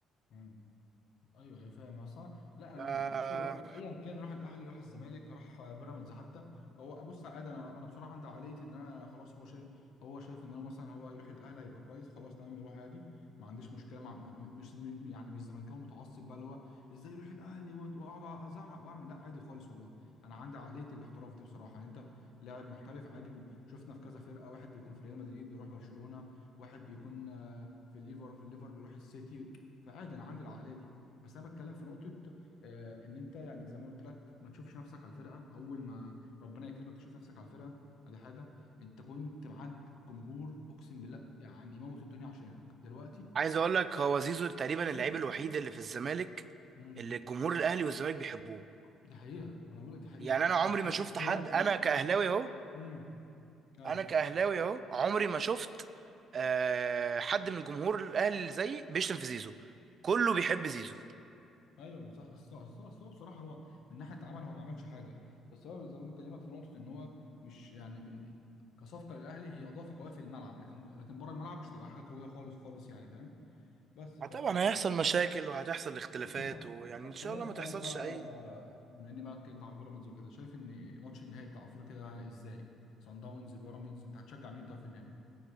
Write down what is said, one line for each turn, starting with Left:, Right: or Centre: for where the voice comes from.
Left: مم. ايوه ايوه فاهم اصلا لا
Right: آه
Left: انا بص هو ايا كان راح الاهلي راح الزمالك راح بيراميدز حتى هو بص عادي انا انا بصراحه عندي عقليه ان انا خلاص هو شايف هو شايف ان انا مثلا هو هيروح الاهلي هيبقى كويس خلاص تمام يروح عادي ما عنديش مشكله مع م- م- مش م- يعني مش زملكاوي متعصب بقى اللي هو ازاي يروح الاهلي وأت- واقعد ازعق واعمل لا عادي خالص والله انا عندي عقليه الاحتراف دي بصراحه يعني انت لاعب محترف عادي شفنا في كذا فرقه واحد بيكون في ريال مدريد بيروح برشلونه واحد بيكون آه، في الليفر في الليفر بيروح السيتي فعادي انا عندي العقليه دي بس انا بتكلم في نقطه آه، ان انت يعني زي ما قلت لك ما تشوفش نفسك على الفرقه اول ما ربنا يكرمك تشوف نفسك على الفرقه ادي حاجه انت كنت معاك جمهور اقسم بالله يعني موت الدنيا عشانك دلوقتي
Right: عايز اقول لك هو زيزو تقريبا
Left: في الشارع
Right: اللعيب الوحيد اللي في الزمالك
Left: امم
Right: اللي الجمهور الاهلي والزمالك بيحبوه
Left: دي حقيقه ما انا بقول لك دي حقيقه
Right: يعني انا عمري
Left: <laughs>
Right: ما شفت
Left: دلوقتي
Right: حد انا كاهلاوي
Left: آه.
Right: اهو
Left: امم ايوه
Right: انا كاهلاوي اهو عمري ما شفت آه حد من جمهور الاهلي اللي زيي بيشتم في زيزو كله بيحب زيزو
Left: ايوه بس اصل اصل اصل هو بصراحه هو من ناحيه عمل هو ما عملش حاجه بس هو زي ما بكلمك في نقطه ان هو مش يعني بن... كصفقه للاهلي هي اضافه قويه في الملعب لكن لكن بره الملعب مش تبقى حاجه قويه خالص خالص يعني فاهم بس ف
Right: طبعا هيحصل مشاكل وهتحصل اختلافات
Left: <laughs>
Right: ويعني
Left: طب
Right: ان
Left: خليني
Right: شاء الله
Left: اسالك
Right: ما تحصلش
Left: بقى
Right: اي
Left: بما اني بقى اتكلمت عن بيراميدز وكده شايف ان ماتش النهائي بتاع افريقيا ده ازاي سان داونز بيراميدز انت هتشجع مين طيب في النهائي